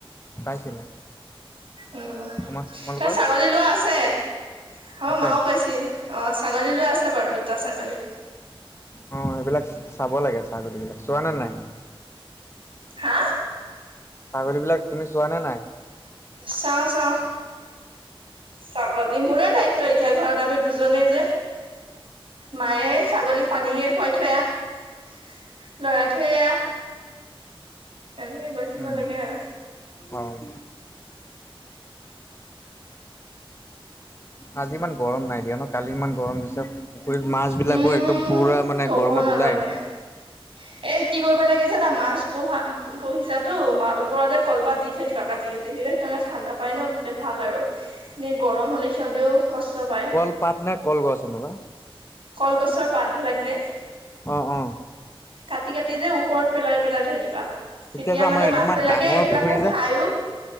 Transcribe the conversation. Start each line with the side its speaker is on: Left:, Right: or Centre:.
Left: পাইছিলে
Right: অ'
Left: তোমাৰ তোমালোকৰ
Right: তই ছাগলী লোৱা আছে। আমাৰ
Left: আছে
Right: মাও পাইছিল অ' ছাগলী লৈ আছে বাৰু দুটা ছাগলী।
Left: অ' সেইবিলাক চাব লাগে ছাগলী বিলাক, চোৱা নে নাই?
Right: হা'।
Left: ছাগলীবিলাক তুমি চোৱা নে নাই?
Right: চাওঁ, চাওঁ। ছাগলী মোৰে দায়িত্ব এতিয়া, ঘৰত আমি দুজনে যে। মায়ে এই ছাগলী পানীয়ে খুৱাই থৈ আহ লৰাই থৈ আহ তেনেকে গৈ থাকিব
Left: উম
Right: লাগে আৰু।
Left: অ'। আজি ইমান গৰম নাই দিয়া ন, কালি ইমান গৰম দিছে। পুখুৰীত মাছ বিলাকো
Right: উম
Left: একদম পুৰা মানে
Right: কব
Left: গৰমত
Right: নালাগে
Left: ওলাই আহিছে।
Right: এ কি কৰিব লাগে জানা, মাছ পোহা পুহিছা ওপৰতে যে কলপাত দি থৈ দিবা কাটি কাটি, তেতিয়া সিহ'তে ঠাণ্ডা পাই ন তেতিয়া ভাল আৰু। এনে গৰম হ'লে সিহ'তেও কষ্ট পায়
Left: কল পাত নে কলগছ এনেকুৱা?
Right: কলগছৰ পাতবিলাক যে।
Left: অঁ, অঁ।
Right: কাটি কাটি যে ওপৰত পেলাই পেলাই থৈ দিবা। তেতিয়া
Left: এতিয়া যে
Right: মানে
Left: আমাৰ
Right: মাছবিলাকে
Left: ইমান ডাঙৰ
Right: এইবিলাকো
Left: পুখুৰী যে
Right: খাইয়ো